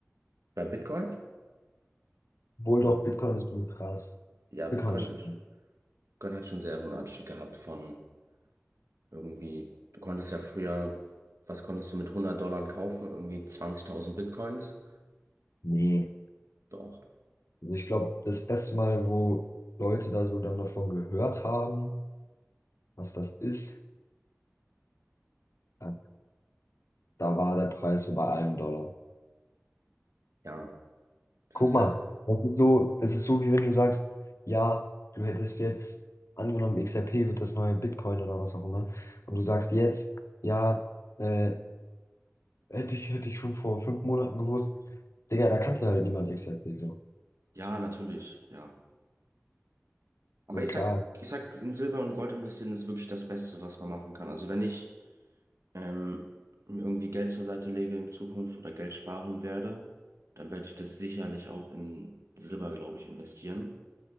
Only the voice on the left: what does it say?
Obwohl
doch, Bitcoin ist schon krass.
Bitcoin ist schon.
Nee.
Also ich glaube, das erste Mal, wo Leute da so dann davon gehört haben, was das ist, da, da war der Preis so bei einem Dollar.
Guck
mal,
das ist so, das ist so, wie wenn du sagst, ja, du hättest jetzt angenommen, XRP wird das neue Bitcoin oder was auch immer. Und du sagst jetzt, ja, äh, Hätte ich, hätte ich schon vor fünf Monaten gewusst. Digga, da kannte halt niemand XRP so.
So
klar.